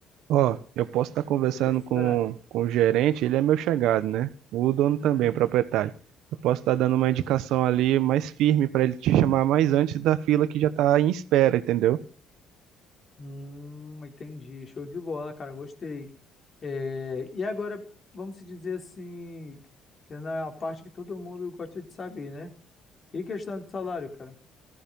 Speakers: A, on the right; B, on the left.
A: Ó, eu posso estar conversando
B: Eu preciso
A: com,
B: esperar.
A: com o gerente, ele é meu chegado, né? O dono também,
B: Uhum.
A: o proprietário. Eu posso estar dando uma indicação ali mais firme para ele te chamar mais antes da fila que já tá em espera, entendeu?
B: Hum, entendi. Show de bola, cara, gostei. É, e agora, vamos se dizer assim, que é na parte que todo mundo gosta de saber, né? E questão de salário, cara?